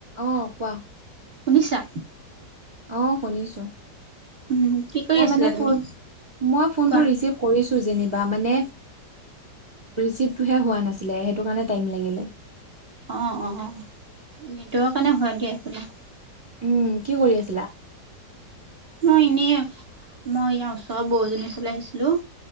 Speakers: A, on the right; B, on the right.
A: অ কোৱা
B: শুনিছা
A: অ শুনিছো
B: উম, কি কৰি
A: মই
B: আছিলা
A: মানে
B: তুমি?
A: ফোন মই ফোনটো
B: কোৱা।
A: ৰিচিভ কৰিছো যেনিবা মানে ৰিচিভটোহে হোৱা নাছিলে সেইটো কাৰণে টাইম লাগিলে।
B: অ অ অ নেটৰ কাৰণে হয় এনকে একো নাই
A: উম কি কৰি আছিলা?
B: মই এনেইয়ে মই ইয়াৰ ওচৰ বৌএজনীৰ ঘৰলে আহিছিলো।